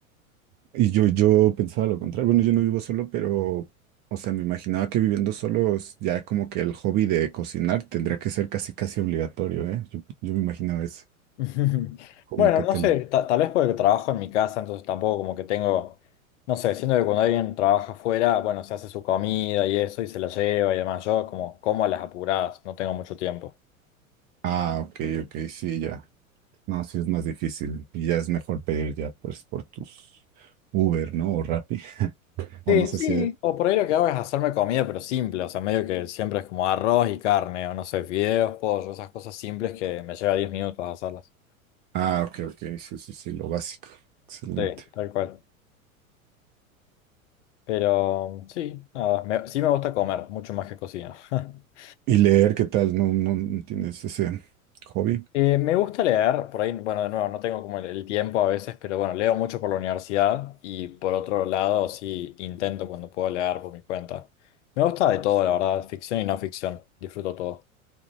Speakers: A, on the right; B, on the left.
A: Y yo, yo pensaba lo contrario. Bueno, yo no vivo solo, pero, o sea, me imaginaba que viviendo solo es ya como que el hobby de cocinar tendría que ser casi, casi obligatorio, ¿eh? Yo, yo me imaginaba eso,
B: <laughs>
A: como
B: Bueno,
A: que
B: no
A: te
B: sé,
A: lo...
B: ta- tal vez porque trabajo en mi casa, entonces tampoco como que tengo, no sé, siento que cuando alguien trabaja afuera, bueno, se hace su comida y eso y se la lleva y demás. Yo como como a las apuradas, no tengo mucho tiempo.
A: Ah, ok, ok, sí, ya. No, sí es más difícil y ya es mejor pedir ya, pues, por tus Uber, ¿no? O Rappi, <laughs> o
B: Sí,
A: no sé
B: Sí.
A: si...
B: o por ahí lo que hago es hacerme comida, pero simple, o sea, medio que siempre es como arroz y carne, o no sé, fideos, pollo, esas cosas simples que me lleva 10 minutos hacerlas.
A: Ah, ok, ok, sí, sí, sí, lo básico. Excelente.
B: Sí, tal cual. Pero sí, nada, me- sí me gusta comer, mucho más que cocinar. <laughs>
A: ¿Y leer qué tal? ¿No, no, no tienes ese hobby?
B: Eh, me gusta leer, por ahí, bueno, de nuevo, no tengo como el, el tiempo a veces, pero bueno, leo mucho por la universidad y por otro lado, sí, intento cuando puedo leer por mi cuenta. Me gusta de todo, la verdad, ficción y no ficción, disfruto todo.